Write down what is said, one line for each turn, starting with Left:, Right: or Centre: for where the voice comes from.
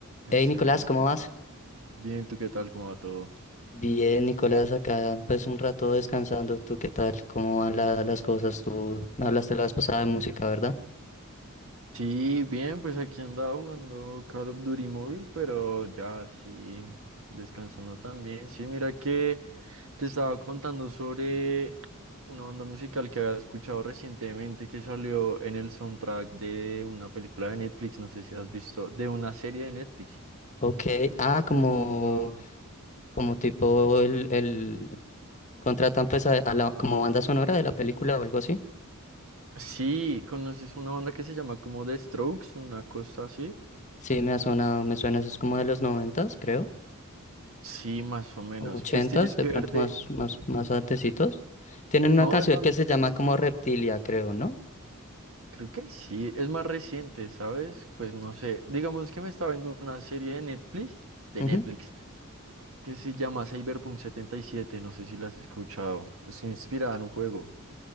Right: Excelente.
Left: Hey Nicolás, ¿cómo vas?
Right: Bien, ¿tú qué tal? ¿Cómo va todo?
Left: Bien, Nicolás, acá pues un rato descansando. ¿Tú qué tal? ¿Cómo van la- las cosas? Tú me hablaste la vez pasada de música, ¿verdad?
Right: Sí, bien, pues aquí andaba jugando Call of Duty móvil, pero ya sí, descansando también. Sí, mira que te estaba contando sobre una banda musical que había escuchado recientemente que salió en el soundtrack de una película de Netflix, no sé si has visto, de una serie de Netflix.
Left: Ok,
Right: No
Left: ah,
Right: sé
Left: como,
Right: si has visto.
Left: como tipo el, el contratan pues a, a la, como banda sonora de la película o algo así.
Right: Sí, ¿conoces una banda que se llama como The Strokes, una cosa así?
Left: Sí, me ha sonado, me suena, eso es como de los noventas, creo,
Right: Sí, más o menos.
Left: o ochentas,
Right: Pues tienes
Left: de
Right: que
Left: pronto
Right: verte.
Left: más, más, más antecitos. Tienen una
Right: No,
Left: canción
Right: es más,
Left: que se llama
Right: es,
Left: como Reptilia, creo, ¿no?
Right: creo que sí, es más reciente, ¿sabes? Pues no sé, digamos que me estaba viendo una serie de Netflix, de
Left: Ujú.
Right: Netflix, que se llama Cyberpunk 77, no sé si la has escuchado, es inspirada en un juego.